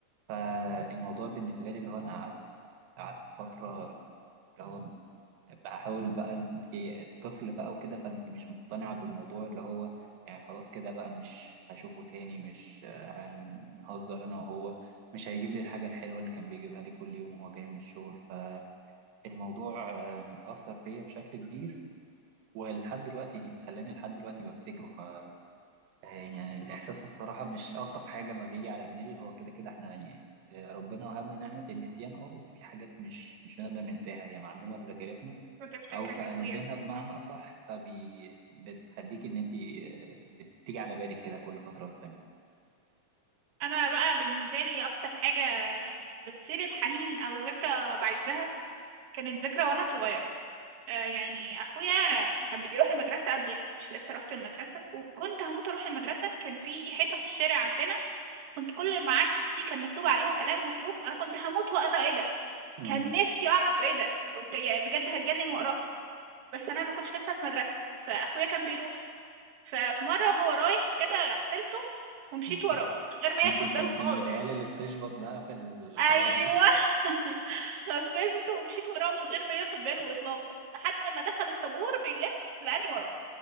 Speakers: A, on the right; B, on the right.
A: فالموضوع بالنسبه لي اللي هو انا قعدت قعدت فتره اللي هو بحاول بقى انت الطفل بقى وكده فانت مش مقتنعه بالموضوع اللي هو يعني خلاص كده بقى مش هشوفه تاني مش آه، هنهزر انا وهو مش هيجيب لي الحاجه الحلوه اللي كان بيجيبها لي كل يوم وهو جاي من الشغل ف الموضوع آم، أثر فيا بشكل كبير ولحد دلوقتي خلاني لحد دلوقتي بفتكره ف آه، يعني الإحساس الصراحة مش ألطف حاجة ما بيجي على دماغي هو كده كده إحنا يعني آه، ربنا وهبنا نعمة النسيان أه بس في حاجات مش مش بنقدر ننساها هي معلمة في ذاكرتنا
B: بتفتكر
A: أو في
B: يا
A: قلبنا
B: أخويا
A: بمعنى أصح فبي بتخليك إن أنت آه، بتيجي على بالك كده كل فترة والتانية
B: انا بقى بالنسبه لي اكتر حاجه بتثير الحنين او ذكرى بعزها كانت ذكرى وانا صغيره آه، يعني اخويا كان بيروح المدرسه قبل انا كنتش لسه رحت المدرسه وكنت هموت اروح المدرسه كان في حيطه في الشارع عندنا كنت كل ما اعدي كان مكتوب عليها كلام وحروف انا كنت هموت واقرا ايه ده
A: مم.
B: كان نفسي اعرف ايه ده كنت يعني بجد هتجنن واقراها بس انا ما كنتش لسه في مدرسه فاخويا كان بيروح ففي مره هو رايح كده غفلته ومشيت
A: <laughs>
B: وراه من غير ما
A: أنت
B: ياخد
A: كنت
B: باله خالص
A: من العيال اللي بتشبط بقى في الحوارات
B: ايوه
A: دي
B: <laughs> غفلته ومشيت وراه من غير ما ياخد باله اطلاقا لحد ما دخل الطابور بيلف لقاني وراه